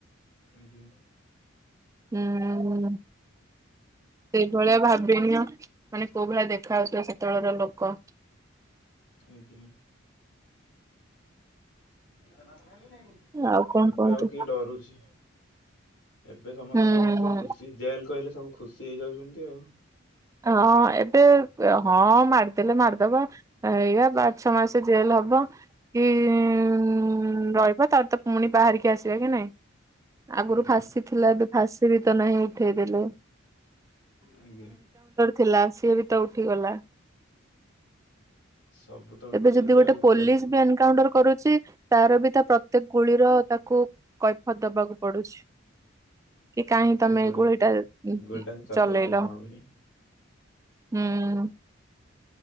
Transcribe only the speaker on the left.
ଆଜ୍ଞା।
ଆଜ୍ଞା। <unintelligible>
ଏବେ
ଆଉ କିଏ ଡରୁଚି? ଏବେ ସମତଙ୍କର
ତ ଖୁସି ଜେଲ କହିଲେ ସବୁ ଖୁସି ହେଇଯାଉଚନ୍ତି ଆଉ।
ଆଜ୍ଞା
ଆଜ୍ଞା।
ସବୁ ତ ଉଠି
ଯାଇଛି
ଆଉ
କେବ ହଁ
ସେ
ଗୋଲ
ଗୋଲଟା
କଣ ପାଇଁ?